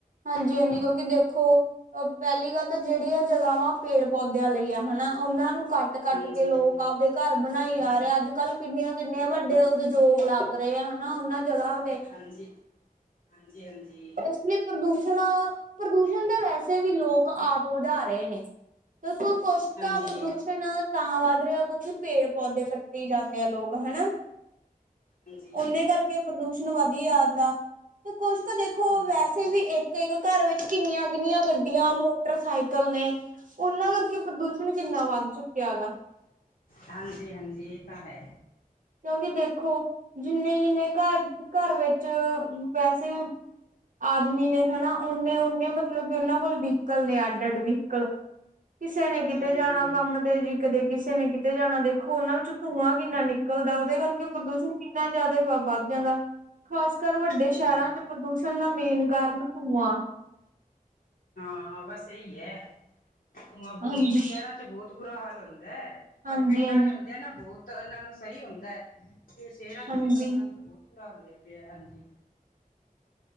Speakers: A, on the right (about 65°); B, on the left (about 80°).
A: ਹਾਂਜੀ
B: ਹਾਂ
A: ਹਾਂਜੀ ਕਿਉਂਕਿ ਦੇਖੋ ਅ ਪਹਿਲੀ ਗੱਲ ਜਿਹੜੀਆਂ ਜਗ੍ਹਾਵਾਂ ਪੇੜ ਪੌਦਿਆਂ ਲਈ ਆ ਹਨਾ ਉਹਨਾਂ ਨੂੰ ਕੱਟ-ਕੱਟ
B: ਹਾਂਜੀ
A: ਕੇ ਲੋਕ
B: ਹਾਂਜੀ
A: ਆਪਦੇ ਘਰ ਬਣਾਈ ਆ ਰਹਾ ਅੱਜ ਕੱਲ ਕਿੰਨੀਆਂ-ਕਿੰਨੀਆਂ ਵੱਡੇ ਉਦਯੋਗ ਲੱਗ ਰਹੇ ਆ ਹਨਾ ਉਹਨਾਂ ਜਗ੍ਹਾ ਤੇ
B: ਹਾਂਜੀ ਹਾਂਜੀ ਹਾਂਜੀ
A: ਇਸ ਲਈ ਪ੍ਰਦੂਸ਼ਣ ਪ੍ਰਦੂਸ਼ਣ ਦਾ ਵੈਸੇ ਵੀ ਲੋਕ ਆਪ ਵਧਾ ਰਹੇ ਨੇ ਦੇ ਕੁਸ਼ਤਾ
B: ਹਾਂਜੀ
A: ਪ੍ਰਦੂਸ਼ਣ ਤਾਂ ਵੱਧ ਰਿਹਾ ਕਿਉਂਕਿ ਪੇੜ ਪੌਦੇ ਕੱਟੇ ਜਾਂਦੇ ਆ ਲੋਕ ਹਨਾ
B: ਹਾਂਜੀ
A: ਉਹਦੇ ਕਰਕੇ ਪ੍ਰਦੂਸ਼ਣ ਵਧੀ ਆਦਾ ਤੇ ਕੁਛ ਕੁ ਦੇਖੋ
B: ਹਮ
A: ਵੈਸੇ ਵੀ ਇੱਕ ਇੱਕ ਘਰ ਵਿੱਚ ਕਿੰਨੀਆਂ-ਕਿੰਨੀਆਂ ਗੱਡੀਆਂ ਮੋਟਰਸਾਈਕਲ ਨੇ ਉਹਨਾਂ ਕਰਕੇ ਪ੍ਰਦੂਸ਼ਣ ਕਿੰਨਾ ਵੱਧ ਚੁੱਕਿਆ ਗਾ
B: ਹਾਂਜੀ-ਹਾਂਜੀ ਇਹ ਤਾਂ ਹੈ
A: ਕਿਉਂਕਿ ਦੇਖੋ ਜਿੰਨੇ-ਜਿੰਨੇ ਘਰ-ਘਰ ਵਿੱਚ ਵੈਸੇ ਵੀ ਆਦਮੀ ਨੇ ਹਨਾ ਓਨੇ-ਓਨੇ ਮਤਲਬ ਕਿ ਉਹਨਾਂ ਕੋਲ ਵਹੀਕਲ ਨੇ ਅੱਡ-ਅੱਡ ਵਹੀਕਲ ਕਿਸੇ ਨੇ ਕਿਤੇ
B: ਹਾਂਜੀ
A: ਜਾਣਾ ਕੰਮ ਤੇ ਜੀ ਕਦੇ ਕਿਸੇ ਨੇ ਕਿਤੇ ਜਾਣਾ ਦੇਖੋ ਉਹਨਾਂ ਵਿੱਚੋਂ ਧੂੰਆਂ ਕਿੰਨਾ ਨਿਕ ਨਿਕਲਦਾ ਉਹਦੇ ਕਰਕੇ ਪ੍ਰਦੂਸ਼ਣ ਕਿੰਨਾ ਜ਼ਿਆਦਾ ਵ ਵੱਧ ਜਾਂਦਾ ਖਾਸ ਕਰ ਵੱਡੇ
B: ਹਾਂਜੀ
A: ਸ਼ਹਿਰਾਂ ਚ ਪ੍ਰਦੂਸ਼ਣ ਪੁਣ ਦਾ ਮੇਨ ਕਾਰਨ ਧੂੰਆਂ
B: ਹਾਂ ਬਸ ਇਹੀ ਹੈ ਧੂੰਆਂ ਬਹੁ
A: ਹਾਂਜੀ
B: ਸ਼ਹਿਰਾਂ ਚ ਬਹੁਤ ਬੁਰਾ ਹਾਲ ਹ
A: ਹਾਂਜੀ
B: ਆਪ ਪਿੰਡਾਂ
A: ਹਾਂ
B: ਲਈ ਆਉਂਦੇ ਆ ਨਾ ਬਹੁਤ ਇਹਨਾਂ ਨੂੰ ਸਹੀ ਹੁੰਦਾ ਜੇ ਸ਼ੇਰਾਂ ਚ
A: ਹਾਂਜੀ
B: ਤਾਂ ਉਹਨਾਂ ਨੂੰ ਤਾਂ ਬਹੁਤ ਭੁਰਾ ਹੋਿਆ ਪਿਆ ਹਾਂਜੀ